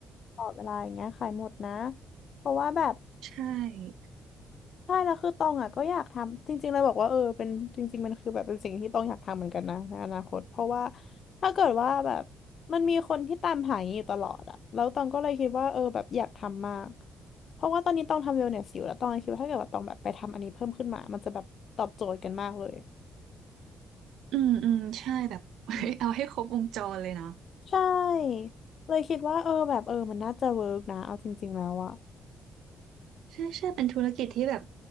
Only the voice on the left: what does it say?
ตลอดเวลาอย่างเงี้ยขายหมดนะเพราะว่าแบบ
ใช่แล้วคือตองอ่ะก็อยากทำจริงๆเลยบอกว่าเออเป็นจริงๆมันคือแบบเป็นสิ่งที่ตองอยากทำเหมือนกันนะในอนาคตเพราะว่าถ้าเกิดว่าแบบมันมีคนที่ตามหาอย่างนี้อยู่ตลอดอ่ะแล้วตองก็เลยคิดว่าเออแบบอยากทำมากเพราะว่าตอนนี้ตองทำเวลเนสอยู่แล้วตองคิดว่าถ้าเกิดว่าตองแบบไปทำอันนี้เพิ่มขึ้นมามันจะแบบตอบโจทย์กันมากเลย
อืม
ใช่เลยคิดว่าเออแบบเออมันน่าจะเวิร์กนะเอาจริงๆแล้วอ่ะ